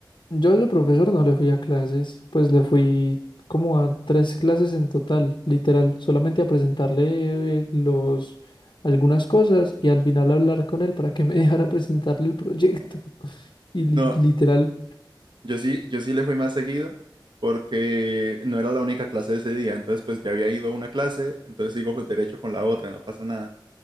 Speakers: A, on the left (about 70°); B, on the right (about 75°).
A: Yo de profesor no le fui a clases, pues le fui como a tres clases en total, literal, solamente a presentarle eh, los algunas cosas y al final hablar con él para que me <laughs> dejara presentarle el proyecto. Y li-
B: No,
A: literal,
B: yo sí, yo sí le fui más seguido porque no era la única clase de ese día. Entonces, pues ya había ido a una clase, entonces sigo derecho con la otra, no pasa nada.